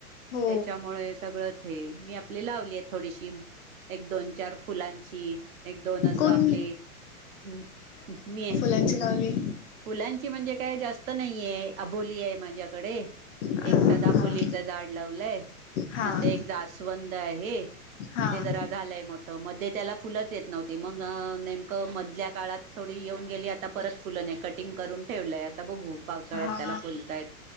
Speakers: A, on the left; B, on the right.
A: हो
B: त्याच्यामुळे सगळंच हे मी आपले लावली आहेत थोडीशी एक दोन चार फुलांची एक दोन असं
A: कोण
B: आपले मी
A: लंच लावली.
B: फुलांची म्हणजे काय जास्त नाहीे अबोली आहे माझ्याकडे
A: हा
B: एक सदा
A: हा
B: फुलीचं झाड लावलंय
A: हा
B: नंतर एक जास्वंद आहे.
A: हा
B: ते जरा झालंय मोठं मध्ये त्याला फुलच येत नव्हती मग नेमकं मधल्या काळात थोडी येऊन गेली आता परत फुलं नाही कटिंग करून ठेवलंय आता बघू पावसाळ्यात
A: हा
B: त्याला फुलताय.